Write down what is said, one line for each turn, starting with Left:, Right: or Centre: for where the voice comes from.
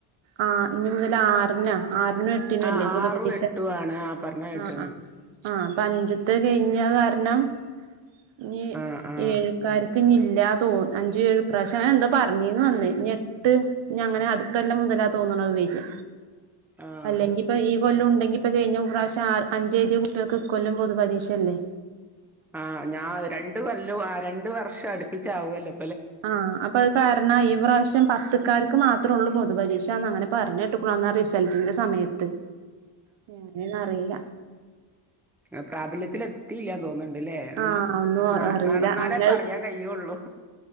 Right: ആ ഇനി മുതൽ ആറിനാ ആറിനും എ ട്ടിനും
Centre: ആ
Right: അല്ലേ പൊതുപരീശ
Centre: ആറും എട്ടും ആണ് ആ പറഞ്ഞ കേട്ട്ണ്
Right: ആഹ് ആഹ് ആഹ് അപ്പഞ്ചത്ത് കൈ ഞകാരണം ഇനി
Centre: ആഹ് ആഹ്
Right: ഏഴ്ക്കാർ ഞ്ഞില്ലാ തോന്ന അഞ്ച് എഴ് ഇപ്രാവശം അങ്ങ എന്താ പറഞ്ഞീന്ന് അന്ന് ഞെ എട്ട് ഇഞ്ഞ് അങ്ങനെ അടുത്തൊല്ലം മുതലാ തോന്നണ് അത് വര
Centre: ആഹ്
Right: അല്ലെങ്കിൽ ഇപ്പം ഈ കൊല്ലം ഉണ്ടെങ്കി ഇപ്പം കഴിഞ്ഞ പ്രാവശ്യം ആ അഞ്ച് എഴുതി കുട്ടികൾക്ക് ഇ കൊല്ലം പൊതു പരീക്ഷ അല്ലേ
Centre: ആഹ് ഞാൻ രണ്ടു കൊല്ലു ആ രണ്ട് വർഷം അടുപ്പിച്ചാവല്ലോ
Right: ആഹ് അപ്പൊ അയ് കാരണം ഈ പ്രാവശ്യം പത്തക്കാർക്ക് മാത്രേ ഒള്ളൂ പൊതു പരീക്ഷാന്ന് അങ്ങനെ പറഞ്ഞ് കേട്ട്ക്ക്ണ്. അന്നാ റിസൾട്ടിൻ്റെ സമയത്ത് എങ്ങനെണറില
Centre: പ്രാബല്യത്തില് എത്തിയില്ലാന്ന് തോന്ന് അല്ലേ അങ്ങനൊ
Right: ആഹ് ഒന്നും അറിയില്ല
Centre: നടന്നാലേ
Right: അങ്ങനെ
Centre: പറയാൻ കയ്യിഒള്ളൂ